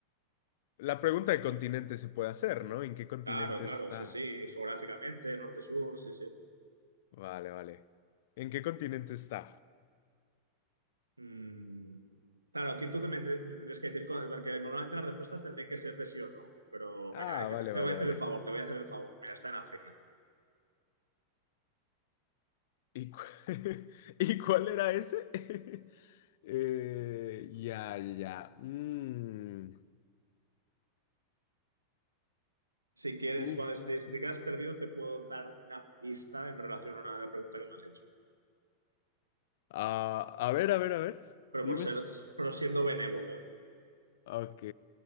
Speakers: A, on the left; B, on the right.
A: La pregunta de continente se puede hacer, ¿no? ¿En qué continente
B: Claro, claro,
A: está?
B: sí, sí, geográficamente, norte-sur, sí, sí.
A: Vale, vale. ¿En qué continente está?
B: Mm, Claro, aquí tú te me, me tendrías que decir, co- porque normalmente las respuestas tendrían que ser de sí o no, pero
A: Ah,
B: mira, aquí
A: vale,
B: te, te
A: vale,
B: voy a hacer
A: vale.
B: el favor, te voy a hacer el favor. Mira, está en África.
A: ¿Y, cu- <laughs> ¿Y cuál era ese? <laughs> Eh, ya, ya, ya. Mm.
B: Si quieres,
A: Uf,
B: cuando
A: uf,
B: te, si
A: uf.
B: te quedas perdido, te puedo dar una pista en relación a una pregunta que me has hecho,
A: Ah, a ver, a ver, a ver.
B: pero
A: Dime.
B: por ser, pero siendo benévolo, ¿eh?
A: Ok.